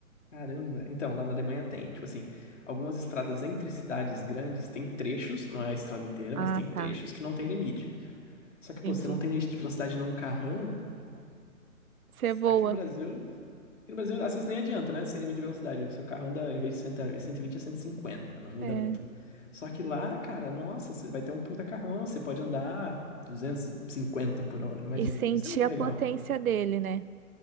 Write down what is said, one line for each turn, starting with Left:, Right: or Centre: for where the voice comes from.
Left: caramba. Então, lá na Alemanha tem, tipo assim, algumas estradas entre cidades grandes tem trechos, não é a estrada inteira,
Right: Ah,
Left: mas tem trechos
Right: tá.
Left: que não tem limite. Só que, pô,
Right: Entendi.
Left: você não tem limite de velocidade num carrão,
Right: Você voa.
Left: Aqui no Brasil, aqui no Brasil, às vezes nem adianta, né? Sem limite de velocidade. O seu carro anda, em vez de cem cento e vinte a- 150 não muda
Right: É.
Left: muito. Só que lá, cara, nossa, você vai ter um puta carrão, você pode andar 250 por hora, imagina.
Right: E sentir
Left: Isso é muito
Right: a
Left: legal.
Right: potência dele, né?